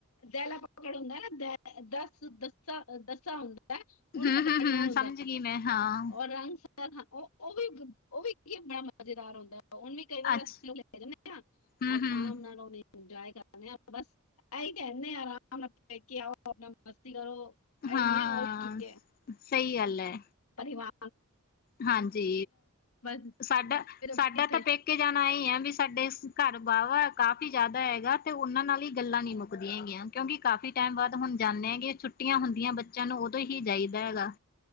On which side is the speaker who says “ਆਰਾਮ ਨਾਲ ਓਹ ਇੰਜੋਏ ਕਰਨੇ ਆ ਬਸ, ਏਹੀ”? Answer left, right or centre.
Left